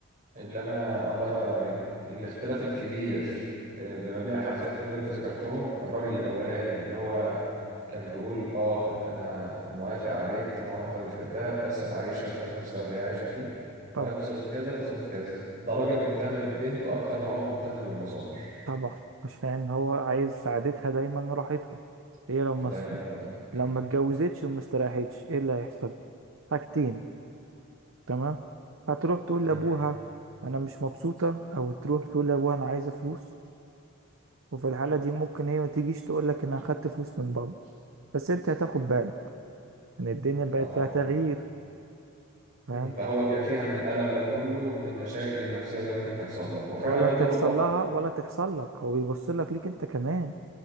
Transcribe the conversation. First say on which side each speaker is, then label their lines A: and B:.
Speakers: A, on the right (about 40°); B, on the right (about 75°).
A: اللي انا الله ينور عليك الاختلاف الكبير آه، اللي ما بين الحالتين اللي انت ذكرتهم الراجل الاولاني اللي هو كان بيقول اه انا موافق عليك طالما انت بتحبها بس تعيشها في نفس المستوى اللي هي عايشه فيه
B: طبعا
A: لو هي بتصرف كذا تصرف كذا ده راجل مهتم ببنته اكتر ما هو مهتم بالمظاهر
B: طبعا عشان هو عايز سعادتها دايما وراحتها هي لو ما
A: الله
B: است-
A: ينور عليك
B: لو ما اتجوزتش وما استريحتش ايه اللي هيحصل حاجتين تمام هتروح تقول لابوها
A: مم.
B: انا مش مبسوطه او تروح تقول لابوها انا عايزه فلوس وفي الحالة دي ممكن هي ما تجيش تقول لك انا اخدت فلوس من بابا بس انت هتاخد بالك ان الدنيا بقت
A: اها
B: فيها تغيير فاهم
A: مم. فهو بيع فيها من الالم ده كله ومن المشاكل النفسيه اللي ممكن تحصل له وفعلا
B: ولا
A: ده
B: تحصل
A: دور الاب
B: لها ولا تحصل لك هو بيبص لك ليك انت كمان